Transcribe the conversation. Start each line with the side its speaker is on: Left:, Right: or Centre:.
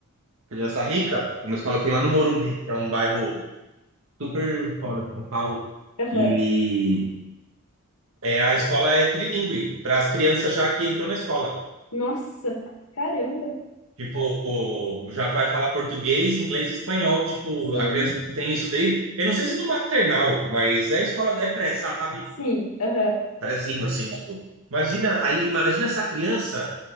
Right: criança rica, é uma escola que tem lá no Morumbi, que é um bairro super fora de São Paulo.
Left: Aham.
Right: E é, a escola é trilingüe, para as crianças já que entrou na escola.
Left: Nossa, caramba.
Right: Tipo, já vai falar português, inglês e espanhol. Tipo,
Left: Sim,
Right: a criança tem isso desde. Eu não sei se do maternal, mas é escola, é pré, sabe?
Left: sim, aham.
Right: Prézinho, assim, tipo. Imagina, aí, imagina essa criança,